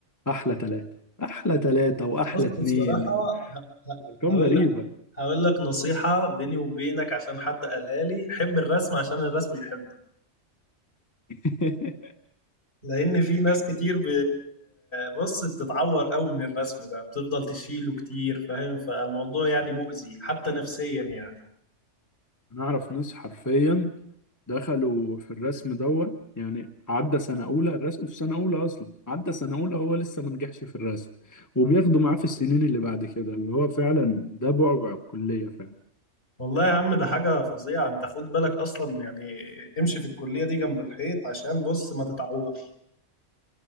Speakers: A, on the left; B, on the left.
A: احلى تلاتة احلى تلاتة واحلى
B: بص
A: اتنين
B: بصراحة
A: و-
B: ه- ه-
A: ارقام
B: هقول
A: غريبة
B: لك هقول لك نصيحة بيني وبينك عشان حد قالها لي حب الرسم عشان الرسم يحبك
A: <laughs>
B: لأن في ناس كتير ب... بص بتتعور قوي من الرسم ده بتفضل تشيله كتير فاهم فالموضوع يعني مؤذي حتى نفسيا يعني
A: انا اعرف ناس حرفيا دخلوا في الرسم دوت يعني عدى سنة أولى الرسم في سنة أولى أصلا عدى سنة أولى هو لسه ما نجحش في الرسم وبياخدوا معاه في السنين اللي بعد كده اللي هو فعلا ده بعبع الكلية فعلا
B: والله يا عم ده حاجة فظيعة انت خد بالك أصلا يعني امشي في الكلية دي جنب الحيط عشان بص ما تتعور